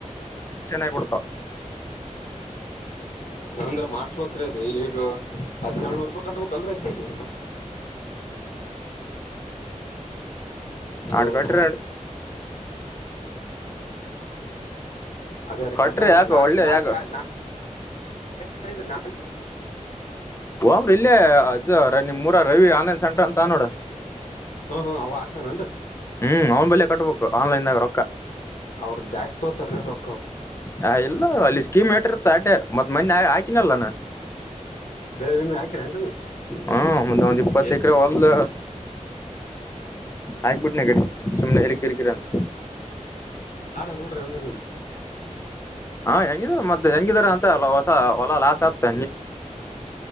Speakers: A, on the left; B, on the left.
A: ಆಬಡ್ತ
B: ಹಂಗ್ ಅಂದ್ರ ಮಾಡಸ್ಬೇಕಕ್ರದ ಈಗ ಹದ್ವರ್ <unintelligible> ಕಟ್ಬೇಕಲ್ರ ಅಚ್ಚೆಗೆ ಹೌದ
A: ಆಡ್ಕಟ್ರಿ
B: ಅದೇ ರೀ
A: ಕಟ್ರಿ
B: ಕಟ್ಟಂಬೀ
A: ಯಾಕ
B: ನಾಳೆ
A: ಒಳ್ಳೆ
B: ನಾಳೆ
A: ಯಾಕ
B: ಕಾ ನಟ <inaudible>
A: ಓಮ್ರ ಇಲ್ಲೇ ಅದು ನಿಮ ಮೂರ ರವಿ ಆನ್ಲೈನ್ ಸೆಂಟ್ರ ಅಂತ ನೋಡ
B: ಹ್ಮ್ ಹ್ಮ ಅವ ಆಗ್ತಾನನ್ರಿ
A: ಹ್ಮ್ ಅವ್ನ್ ಬಳಿಯ ಕಟ್ಬೇಕು ಆನ್ಲೈನ್ದಾಗ ರೊಕ್ಕ
B: ಅವರು ಜಾಸ್ತಿ ಹೋತಾರೀ ರೊಕ್ಕ ಅವರು
A: ಹ ಇಲ್ಲ ಅಲ್ಲಿ ಸ್ಕೀಮ್ ಇಟ್ಟಿರ್ತ ಅಟೆ ಮತ್ ಮನೆ ಹಾಕಿನಲ್ಲಾನ
B: ಬೆಳೆ ವಿಮೆ ಹಾಕಿರೇನ್ರಿ ನೀವು
A: ಹಾ ಒ ಒಂದು ಇಪ್ಪತ್ತ
B: ಎಸ್
A: ಎಕರೆ ಹೊಲ್ದ ಆಯಬಿಟ್ನಗಡೆ ಸುಮ್ನೆ ಎಲ್ಲಿ ಕಿರಿಕಿರ ಅಂತ
B: ಬಾಡ ಬಿಡ್ರಿ ಅಂದ್ರ ನೀಮ್
A: ಹಾ ಹೆಂಗಿದಾರ ಮತ್ತೆ ಹೆಂಗಿದಾರ ಅಂತ ಹೊಸ ಹೊಲ ಲಾಸ್ ಆಗ್ತ